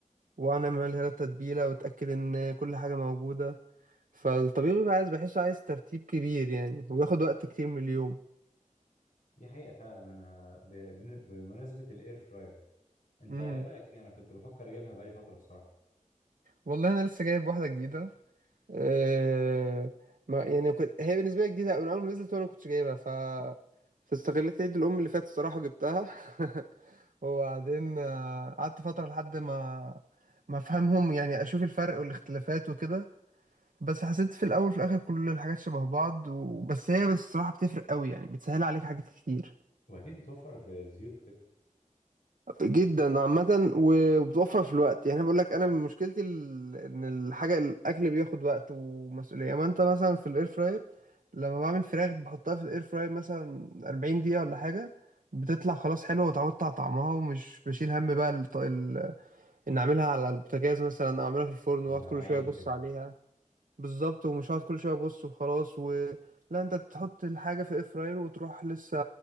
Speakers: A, on the right (about 80°); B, on the left (about 80°).
A: وانا اعملها لها التتبيلة واتاكد ان كل حاجة موجودة فالطبيب بيبقى عايز بحسه عايز ترتيب كبير يعني وياخد وقت كتير من اليوم
B: دي حقيقة فعلا أنا ب... بن- بمناسبة الإير فراير أنت
A: امم
B: إيه رأيك فيه؟ أنا كنت بفكر أجيبها بقالي فترة بصراحة
A: والله انا لسه جايب واحدة جديدة آه، ما يعني كنت هي بالنسبة لي جديدة من أول ما نزلت وأنا ما كنتش جايبها ف فاستغليت عيد الأم اللي فات الصراحة جبتها <laughs> وبعدين آه، قعدت فترة لحد ما ما أفهمهم يعني أشوف الفرق والاختلافات وكده بس حسيت في الأول وفي الآخر كل الحاجات شبه بعض وبس هي بس الصراحة بتفرق قوي يعني بتسهل عليك حاجات كتير
B: وأكيد بتوفر في الزيوت وكده
A: جدا عامة و- وبتوفر في الوقت يعني أنا بقول لك انا بقولك أنا مشكلتي ال- ان الحاجة الاكل بياخد وقت ومسؤولية اما انت مثلا في الاير فراير لما بعمل فراخ بحطها في الاير فراير مثلا 40 دقيقة ولا حاجة بتطلع خلاص حلوة وتعودت على طعمها ومش بشيل هم بقى ال... ال... ان اعملها على البوتاجاز مثلا او اعملها في الفرن
B: والمواعين
A: واقعد كل شوية ابص
B: وكده
A: عليها بالظبط ومش هقعد كل شوية ابص وخلاص و... لا انت بتحط الحاجة في الاير فراير وتروح لسه